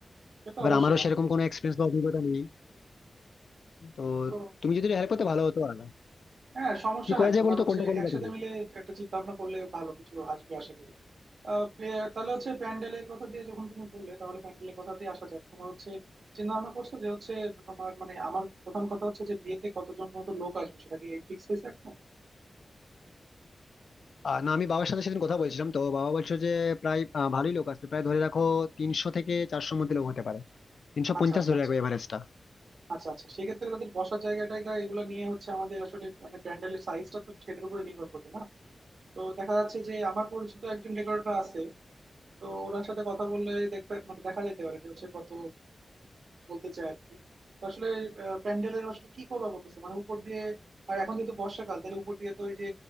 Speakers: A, on the right (about 70°); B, on the left (about 75°).
A: সে তো
B: এবার
A: অবশ্যই
B: আমারও
A: বন্ধু
B: সেরকম কোনো এক্সপিরিয়েন্স বা অভিজ্ঞতা নেই তো
A: তো
B: তুমি যদি হেল্প করতে ভালো হতো আর
A: হ্যাঁ সমস্যা
B: কি করা
A: নাই
B: যায়
A: তোমার
B: বলো তো
A: হচ্ছে
B: কোনটা করলে
A: একসাথে
B: better হবে?
A: মিলে একটা চিন্তা ভাবনা করলে ভালো কিছু আসবে আশা করি আহ, পে- তাহলে হচ্ছে প্যান্ডেলের কথা দিয়ে যখন তুমি বললে তাহলে প্যান্ডেলের কথা দিয়ে আসা যাক তোমার হচ্ছে চিন্তা ভাবনা করছো যে হচ্ছে তোমার মানে আমার প্রথম কথা হচ্ছে যে বিয়েতে কতজন মতো লোক আসবে সেটা কি ফিক্স হয়েছে এখন
B: আহ, না আমি বাবার সাথে সেদিন কথা বলছিলাম তো বাবা বলছিল যে প্রায় আহ, ভালোই লোক আসবে প্রায় ধরে রাখো তিনশো থেকে চারশোর মধ্যে লোক হতে পারে তিনশো
A: আচ্ছা
B: পঞ্চাশ
A: আচ্ছা
B: ধরে
A: আচ্ছা
B: রাখো এভারেজটা
A: আচ্ছা আচ্ছা সেক্ষেত্রে তাদের বসার জায়গা টায়গা এগুলো নিয়ে হচ্ছে আমাদের আসলে মানে প্যান্ডেলের সাইজটা তো সেটার উপরে নির্ভর করবে না তো দেখা যাচ্ছে যে আমার পরিচিত একজন ডেকোরেটর আছে তো ওনার সাথে কথা বললে দেখতে মানে দেখা যেতে পারে যে হচ্ছে কত বলতে চায় আর কি তো আসলে আহ, প্যান্ডেলের আসলে কি করবা বলতেছে মানে উপর দিয়ে আর এখন যেহেতু বর্ষাকাল তাহলে উপর দিয়ে তো ওই যে